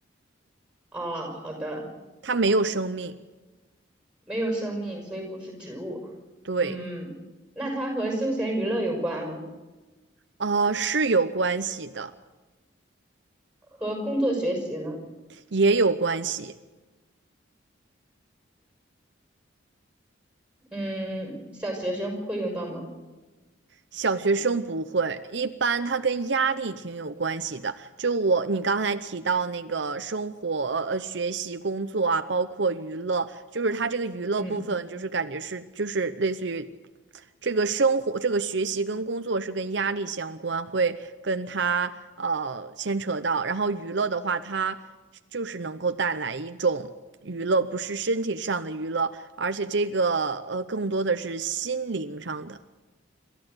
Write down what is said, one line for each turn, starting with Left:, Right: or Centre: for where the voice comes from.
Centre: 哦，好的，
Right: 它没有生命。
Centre: 没有生命，所以不是植物。
Right: 对，
Centre: 嗯，那它和休闲娱乐有关吗？
Right: 啊，是有关系的，
Centre: 和工作学习呢？
Right: 也有关系。
Centre: 嗯，小学生会用到吗？
Right: 小学生不会，一般它跟压力挺有关系的。就我，你刚才提到那个生活、呃，学习、工作啊，包括娱乐，就是它这个娱乐部分，
Centre: 嗯，
Right: 就是感觉是，就是类似于这个生活、这个学习跟工作是跟压力相关，会跟他呃牵扯到。然后娱乐的话，它就是能够带来一种娱乐，不是身体上的娱乐，而且这个呃更多的是心灵上的。